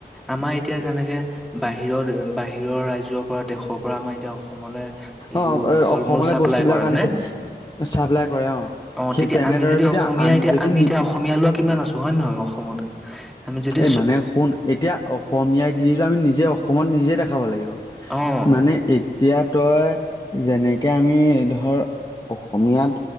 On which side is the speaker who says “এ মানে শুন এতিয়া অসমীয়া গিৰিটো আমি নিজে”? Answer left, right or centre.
Left